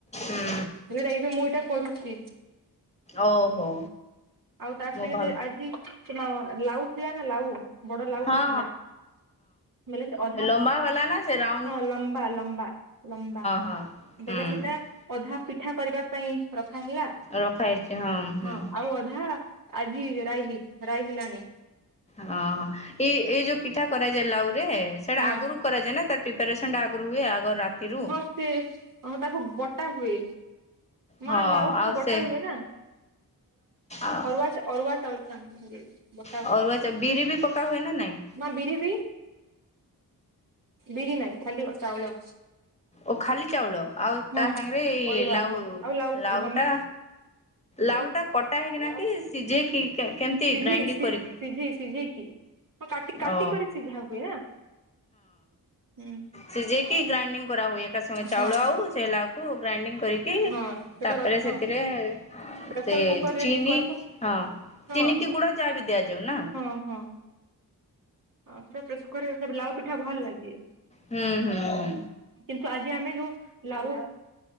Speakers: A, on the left; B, on the right.
A: ହୁଁ
B: ହେଲେ ଏବେ ମୁଁ ଏଇଟା କରୁଛି।
A: ଓହୋ
B: ଆଉ ତା
A: ମୁଁ
B: ସାଙ୍ଗେ
A: ଭାବ
B: ବି ଆଜି ଲାଉ ଥିଲା ନା ଲାଉ? ବଡ ଲାଉଟେ
A: ହଁ
B: ଥିଲା ବେଲେ ଅଧା
A: ମ୍ବା ବାଲା ନା ସେରା
B: ହଁ ଲମ୍ବା ଲମ୍ବା ଲମ୍ବା
A: ହଁ
B: ବେଲେ
A: ହୁଁ
B: ସେଟା ଅଧା ପିଠା କରିବା ପାଇଁ ରଖା ହେଲା
A: ରଖାହେଇଛି ହୁଁ
B: ହଁ ଆଉ ଅଧା ଆଜି ରାଇ ହେଇ ରାଇ ହେଲାନି।
A: ହଁ ଏଇ ଏଇ ଯୋଉ ପିଠା କରାଯାଏ ଲାଉ ରେ ସେଇଟା
B: ହଁ
A: ଆଗରୁ କରାଯାଏ ନା ତା ପ୍ରିପାରେସନ୍ ଟା ଆଗରୁ ହୁଏ ଆଗ ରାତିରୁ।
B: ହଁ ସେ ତାକୁ ଅଁ ତାକୁ ବଟା ହୁଏ। ମା
A: ହଁ
B: ଲାଉ
A: ଆଉ
B: କୁ ବଟା
A: ସେ
B: ହୁଏ ନା
A: ଆଉ
B: ଅରୁଆ ଚା ଅରୁଆ ଚାଉଳ ସାଙ୍ଗେ ବତା
A: ଅରୁଆ
B: ହୁଏ ତାଙ୍କୁ।
A: ଚା ବିରି ବି ପକା ହୁଏ ନା ନାଇଁ?
B: ମା ବିରି ବି ବିରି ନାଇଁ ଖାଲି ଚାଉଳ।
A: ଓ ଖାଲି ଚାଉଳ ଆଉ
B: ହଁ
A: ତା ସାଙ୍ଗେରେ
B: ଅରୁଆ
A: ଲାଉ,
B: ହଁ ଆଉ ଲାଉକୁ
A: ଲାଉ
B: ହଁ
A: ଟା
B: ମିକ୍ସ
A: ଲାଉ
B: ମିକ୍ସ
A: ଟା କଟା ହେଇକିନା କି ସିଝେଇକି କେମ୍ତି
B: ସିଝେଇ
A: ଗ୍ରାଇଣ୍ଡିଙ୍ଗ୍ କରିକି?
B: ସିଝେଇ ସିଝେଇକି ହଁ କାଟି କାଟି
A: ଓ
B: କରି ସିଝା ହୁଏ ନା ହୁଁ।
A: ସିଜେଇକି ଗ୍ରାଇଡିଂ କରା ହଏ। କା ସଙ୍ଗେ ଚାଉଳ
B: ହଁ
A: ଆଉ ସେ ହେଲାକୁ ଗ୍ରାଇଣ୍ଡିଙ୍ଗ କରିକି
B: ହଁ ସେଟା
A: ତାପରେ
B: ରଖ
A: ସେଥିରେ
B: ପ୍ରେସର
A: ସେ
B: କୁକର ରେ
A: ଚିନି
B: ବି କରିବ
A: ହଁ
B: ହଁ
A: ଚିନି କି ଗୁଡା ଯାହା ବି ଦିଆଯାଉ ନାଁ।
B: ହଁ ହଁ। ହଁ ସେଟା ପୁରା ଶୁଖରେ ଲାଉ ପିଠା ଭଲ୍ ଲାଗେ।
A: ହୁଁ ହୁଁ ହୁଁ।
B: କିନ୍ତୁ ଆଜି ଆମେ ଯୋଉ ଲାଉ